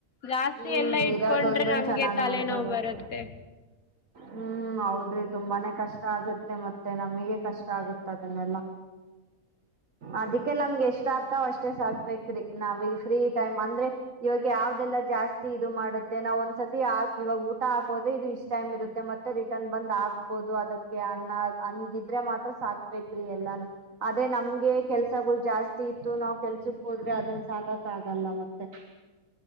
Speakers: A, on the left (about 85°); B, on the right (about 70°).
A: ಜಾಸ್ತಿ
B: ಹ್ಮ್
A: ಎಲ್ಲಾ ಇಟ್ಕೊಂಡ್ರೆ
B: ಇರೋದೊಂದನ್
A: ನಮ್ಗೆ
B: ಚೆನ್ನಾಗ್
A: ತಲೆನೋ
B: ನೋಡ್ಕೋಬೋದು
A: ಬರುತ್ತೆ
B: ಹ್ಮ್ ಹೌದ್ರಿ ತುಂಬಾನೇ ಕಷ್ಟ ಆಗುತ್ತೆ ಮತ್ತೆ ನಮಗೆ ಕಷ್ಟ ಆಗುತ್ತೆ ಅದನ್ನೆಲ್ಲ ಅದಕ್ಕೆಲ್ಲ ನಮ್ಗೆ ಎಷ್ಟು ಇಷ್ಟ ಆಗ್ತಾವ್ ಅಷ್ಟೇ ಸಾಕ್ಬೇಕ್ರೀ ನಾವೀಗ ಫ್ರೀ ಟೈಮ್ ಅಂದ್ರೆ ಇವಾಗ ಯಾವ್ದದೆಲ್ಲಾ ಜಾಸ್ತಿ ಇದು ಮಾಡುತ್ತೆ ನಾವ್ ಒಂದ್ಸತಿಕ್ ಇವಾಗ ಊಟ ಹಾಕೋದ್ರೆ ಇದು ಇಷ್ಟ ಟೈಮ್ ಇರುತ್ತೆ ಮತ್ತೆ ಮತ್ತೆ ರಿಟರ್ನ್ ಬಂದ್ ಆಗ್ಬೋದು ಅದಕ್ಕೆ ಅನ್ನ ಅನ್ಗಿದ್ರೆ ಮಾತ್ರ ಸಾಕ್ಬೇಕ್ರಿ ಎಲ್ಲಾನು ಅದೇ ನಮ್ಗೆ ಕೆಲ್ಸಗಳು ಜಾಸ್ತಿ ಇತ್ತು ನಾವ್ ಕೆಲ್ಸಕ್ ಹೋದ್ರೆ ಅದನ್ ಸಾಕಕ್ ಆಗಲ್ಲ ಮತ್ತೆ